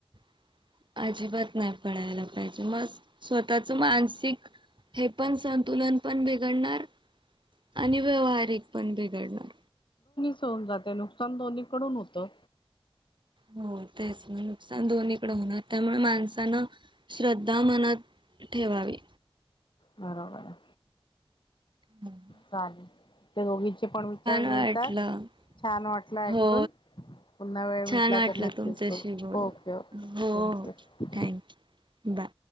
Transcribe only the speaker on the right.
<inaudible> अजिबात नाही पडायला पाहिजे मग स्वतःच मानसिक हे पण संतुलन पण बिघडणार. आणि व्यवहारिक पण बिघडणार.
हो तेच ना नुकसान दोन्हीकडे होणार त्यामुळे माणसानं श्रद्धा मनात ठेवावी.
हम्.
वाटलं
हो
छान
वाटलं
तुमच्याशी
बोलून
हो हो
थँक्यू बाय.